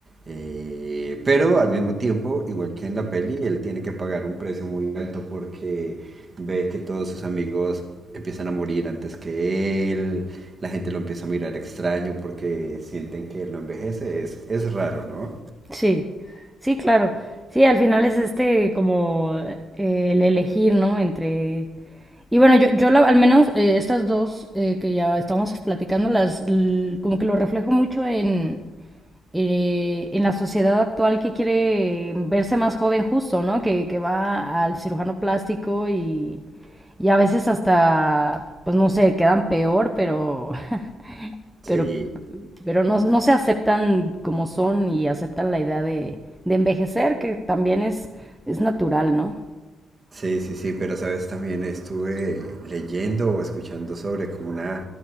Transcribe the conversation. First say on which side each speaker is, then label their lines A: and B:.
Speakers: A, on the right (about 30°); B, in the centre.
A: Eh, pero al mismo tiempo, igual que en la peli, él tiene que pagar un precio muy alto porque ve que todos sus amigos empiezan a morir antes que él, la gente lo empieza a mirar extraño porque sienten que él no envejece, es, es raro, ¿no?
B: Sí, sí, claro. Sí, al final es este como eh, el elegir, ¿no? Entre... Y bueno, yo, yo la- al menos eh, estas dos eh, que ya estamos platicando, las l- como que lo reflejo mucho en, eh, en la sociedad actual que quiere verse más joven justo, ¿no? Que, que va al cirujano plástico y, y a veces hasta, pues no sé, quedan peor, pero <laughs> pero,
A: Sí,
B: pero no, no se aceptan como son y aceptan la idea de, de envejecer, que también es, es natural, ¿no?
A: sí, sí, sí, pero sabes, también estuve leyendo o escuchando sobre como una